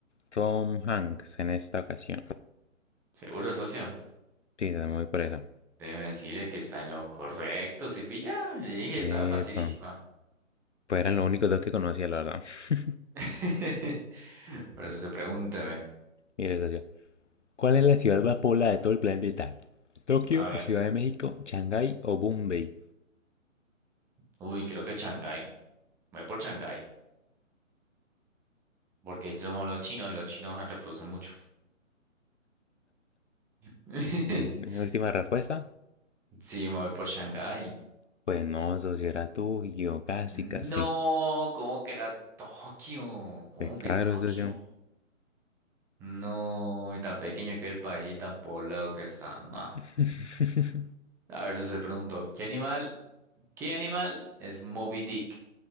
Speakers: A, on the left; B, in the centre.
A: Tom Hanks en esta ocasión.
B: Seguro, socio.
A: Sí, me voy por eso.
B: Déjeme decirle que está en lo correcto, si pilla. Le dije,
A: Epa.
B: estaba facilísima.
A: Pues eran los únicos dos que conocía, la verdad. <laughs>
B: <laughs> Por eso se pregúnteme.
A: Y les decía. ¿Cuál es la ciudad más poblada de todo el planeta? ¿Tokio,
B: A ver,
A: Ciudad de México, Shanghái o Bombay?
B: uy, creo que Shanghái. Me voy por Shanghái, porque ellos son los chinos y los chinos reproducen mucho. <laughs>
A: Mm, Mi última respuesta.
B: Sí, me voy por Shanghái.
A: Pues no, socio, era tuyo. Casi,
B: No,
A: casi.
B: ¿cómo que era Tokio? ¿Cómo
A: Pues claro,
B: que Tokio?
A: socio.
B: No, y tan pequeño que el país y tan poblado que está. No.
A: <laughs>
B: A ver, eso se le pregunto, ¿qué animal, qué animal es Moby Dick?